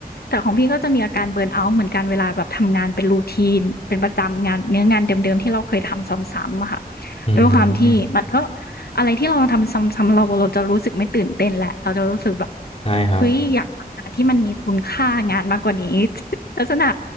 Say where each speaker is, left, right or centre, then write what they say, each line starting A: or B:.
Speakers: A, on the left; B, on the left.
A: แต่ของพี่ก็จะมีอาการเบิร์นเอาท์เหมือนกันเวลาแบบทำงานเป็นรูทีนเป็นประจำงานเนื้องานเดิมๆที่เราเคยทำซ้ำๆอะค่ะ
B: อื
A: ด้วยความที่มันก็
B: ม
A: อะไรที่เราทำซ้ำๆเราเราจะรู้สึกไม่ตื่นเต้นแหละเราจะรู้สึกแบบ
B: ใช่ครับ
A: เฮ้ยอยากทำงานที่มันมีคุณค่างานมากกว่านี้ <laughs> ลักษณะ